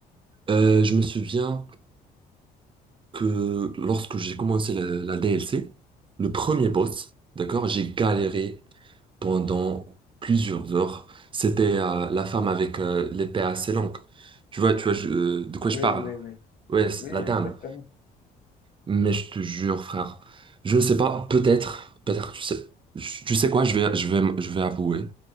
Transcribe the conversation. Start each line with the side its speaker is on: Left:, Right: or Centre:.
Right: Euh, je me souviens que lorsque j'ai commencé la, la DLC, le premier boss, d'accord, j'ai galéré pendant plusieurs heures. C'était euh, la femme avec euh, l'épée assez longue. Tu vois, tu vois je- euh, de quoi
Left: Oui,
Right: je parle?
Left: oui, oui.
Right: Ouais, c'est
Left: Oui,
Right: la
Left: oui,
Right: dame.
Left: exactement.
Right: Mais je te jure, frère, je ne sais pas, peut-être, peut-être, tu sais, je- tu sais quoi, je vais, je vais, je vais avouer,